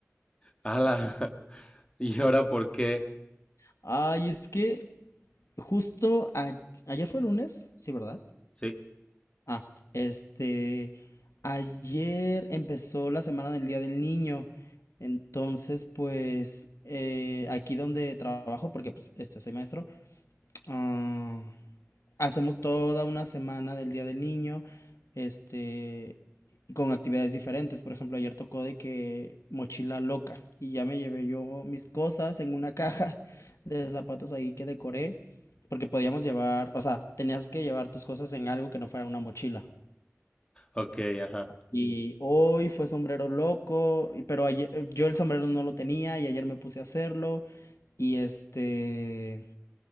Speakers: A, on the left; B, on the left.
A: Ala, <laughs> ¿y ahora por qué?
B: <laughs> Ay, es que justo a- ayer fue lunes, sí, ¿verdad?
A: Sí,
B: Ah, este, ayer empezó la semana del Día del Niño. Entonces, pues, eh, aquí donde trabajo, porque pues, este, soy maestro, <tsk> hacemos toda una semana del Día del Niño, este, con actividades diferentes. Por ejemplo, ayer tocó de que mochila loca y ya me llevé yo mis cosas en una <laughs> caja de zapatos ahí que decoré, porque podíamos llevar, o sea, tenías que llevar tus cosas en algo que no fuera una mochila.
A: ok, ajá.
B: Y hoy fue sombrero loco, y- pero ayer, yo el sombrero no lo tenía y ayer me puse a hacerlo. Y este,